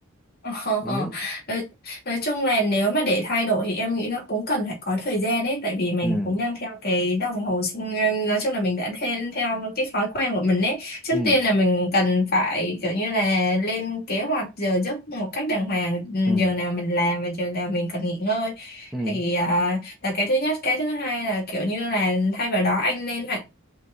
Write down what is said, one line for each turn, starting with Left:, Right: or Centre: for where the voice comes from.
Left: Ờ,
Centre: Ừ.
Left: nói, nói chung là nếu mà để thay đổi thì em nghĩ nó cũng cần phải có thời gian ấy tại vì mình
Centre: Ừ.
Left: cũng đang theo cái đồng hồ sinh ờ, nói chung là mình đã theo, theo cái thói quen của mình ấy trước
Centre: Ừ.
Left: tiên là mình cần phải kiểu như là lên kế hoạch giờ giấc một cách đàng hoàng ừ,
Centre: Ừ.
Left: giờ nào mình làm và giờ nào mình cần nghỉ ngơi
Centre: Ừ.
Left: thì à, là cái thứ nhất cái thứ hai là kiểu như là thay vào đó anh nên hoạch